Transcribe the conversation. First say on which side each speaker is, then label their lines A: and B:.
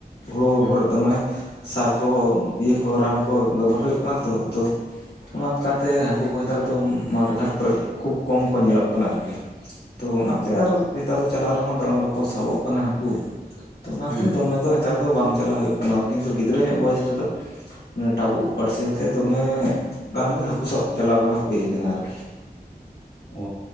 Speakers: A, on the left; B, on the left.
A: ᱦᱩᱲᱩ
B: ᱦᱩᱸ
A: ᱠᱚᱨᱮ
B: ᱦᱩᱸ
A: ᱫᱚᱢᱮ ᱥᱟᱨ ᱠᱚ ᱤᱭᱟᱹ ᱠᱚ ᱨᱟᱱ ᱠᱚ ᱵᱮᱵᱚᱦᱟᱨ ᱦᱩᱭᱩᱜ ᱠᱟᱱᱟ ᱛᱚ, ᱛᱚ ᱚᱱᱟ ᱠᱟᱛᱮ ᱦᱟᱹᱠᱩ ᱠᱚ, ᱱᱮᱛᱟᱨ ᱫᱚ ᱢᱟᱴ ᱜᱷᱟᱴ ᱠᱚᱨᱮ ᱠᱷᱩᱵᱽ ᱠᱚᱢ ᱠᱚ ᱧᱮᱞᱚᱜ ᱠᱟᱱᱟ, ᱟᱨᱠᱤ ᱛᱚ ᱚᱱᱟᱛᱮ
B: ᱦᱩᱸ
A: ᱟᱨ, ᱱᱮᱛᱟᱨ ᱫᱚ ᱪᱟᱞᱟᱣ ᱨᱮᱦᱚᱸ ᱫᱚᱢᱮ ᱵᱟᱠᱚ ᱥᱟᱵᱚᱜ ᱠᱟᱱᱟ ᱦᱟᱠᱩ ᱾ ᱛᱚ ᱚᱱᱟᱛᱮ
B: ᱦᱩᱸ
A: ᱫᱚᱢᱮ ᱫᱚ, ᱱᱮᱛᱟᱨ ᱫᱚ ᱵᱟᱝ ᱪᱟᱞᱟᱜ ᱦᱩᱭᱩᱜ ᱠᱟᱱᱟ ᱠᱤᱱᱛᱩ ᱜᱤᱫᱽᱨᱟᱹ ᱧᱚᱜ ᱵᱚᱭᱮᱥ ᱨᱮᱫᱚ, ᱴᱟᱵᱩᱜ ᱵᱟᱹᱲᱥᱤ ᱭᱟᱛᱮ, ᱛᱮ ᱫᱚᱢᱮ ᱜᱟᱱ ᱜᱮ ᱦᱟᱹᱠᱩ ᱥᱟᱵ ᱪᱟᱞᱟᱣ ᱵᱟᱲᱟ ᱦᱩᱭ ᱟᱠᱟᱱᱟ ᱟᱨᱠᱤ ᱾
B: ᱚ